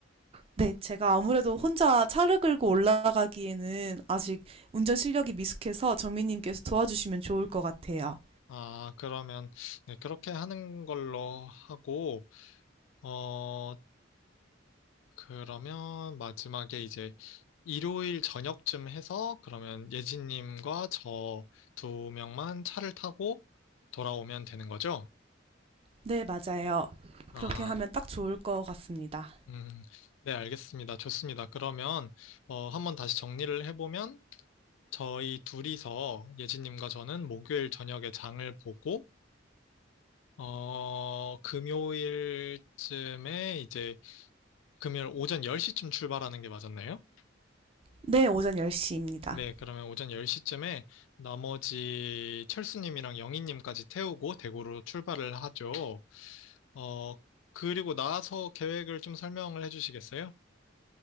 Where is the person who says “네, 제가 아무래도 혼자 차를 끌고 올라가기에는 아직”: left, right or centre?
Right